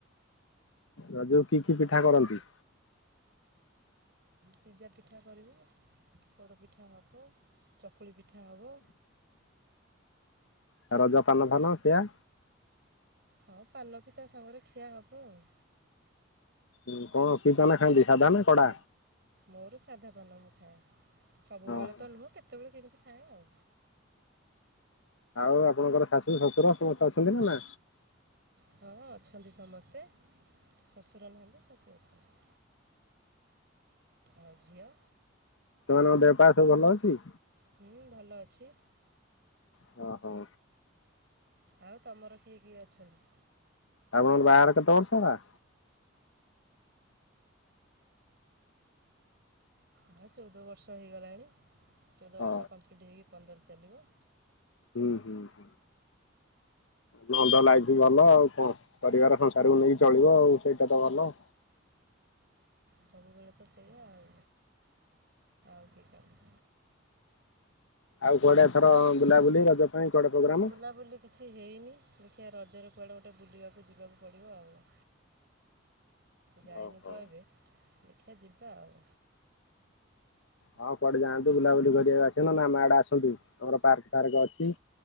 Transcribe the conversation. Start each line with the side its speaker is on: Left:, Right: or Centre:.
Left: ରାଜ କୁ କି କି ପିଠା କରନ୍ତି?
Right: ସିଝା ପିଠା କରିବୁ ପୋଡ ପିଠା ହେବ ଚକୁଳି ପିଠା ହବ।
Left: ଆଉ ରଜ ପାନ ଫନ ଖିଆ।
Right: ହଁ ପାନ ପିତା ସାଙ୍ଗରେ ଖିଆ ହବ ଆଉ।
Left: ଉଁ କଣ କି ପାନ ଖାନ୍ତି ସାଧା ନା କଡା?
Right: ମୋର ସାଧା ପନମ ଖାଏ। ସବୁବେଳେ
Left: ଓହୋ
Right: ତ ନୁହଁ କେତେବେଳେ କେମିତି ଖାଏ ଆଉ
Left: ଆଉ ଆପଣଙ୍କର ଶାଶୁ ଶଶୁର ସମସ୍ତେ ଅଛନ୍ତି ନା ନା?
Right: ହଁ ଅଛନ୍ତି ସମସ୍ତେ ଶ୍ୱଶୁର ନୁହନ୍ତି ଶଶୁର ଅଛନ୍ତି ଆଉ ଝିଅ
Left: ସେମାନଙ୍କ ଦେହ ପାର ସବୁ ଭଲ ଅଛି?
Right: ହୁଁ ଭଲ ଅଛି।
Left: ହ ହଉ।
Right: ଆଉ ତମର କିଏ କିଏ ଅଛନ୍ତି?
Left: ଆପଣ ବାହାରହାର କେତ ବର୍ଷ ହେଲା?
Right: ହଁ ଚଉଦ ବର୍ଷ ହେଇଗଲାଣି। ଚଉଦ
Left: ହଁ
Right: ବର୍ଷ <unintelligible> ହେଇ ପନ୍ଦର ଚାଲିବ।
Left: ହୁଁ ହୁଁ ହୁଁ। ନନ୍ଦ ଲାଇଫ ବି ଭଲ ଆଉ କଣ ପରିବାର ସଂସାରକୁ ନେଇକି ଚଳିବ ଆଉ ସେଇଟା ତ ଭଲ।
Right: ସବୁବେଳେ ତ ସେଇଆ ଆଉ। <unintelligible>
Left: ଆଉ କୁଆଡେ ଥର ବୁଲାବୁଲି ରଜ ପାଇଁ କୁଆଡେ ପ୍ରୋଗ୍ରାମ?
Right: ବୁଲାବୁଲି କିଛି ହେଇନି? ଖିଆ ରଜରେ କୁଆଡ଼େ ଗୋଟେ ବୁଲିବାକୁ ଯିବାକୁ ପଡ଼ିବ ଆଉ। ଯାଇନୁ
Left: ଓହୋ
Right: ତ ଏବେ ଦେଖିଆ ଯିବା ଆଉ।
Left: ହଁ କୁଆଡେ ଯାଆନ୍ତୁ ବୁଲାବୁଲି କରିବାକୁ ଅସ ନା ମା ଆଡେ ଆସନ୍ତୁ ତମର ପାର୍କ ଫାର୍କ ଅଛି